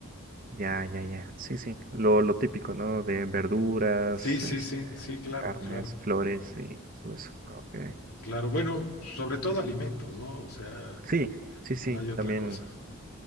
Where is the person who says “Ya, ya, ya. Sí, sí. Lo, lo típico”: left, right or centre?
Right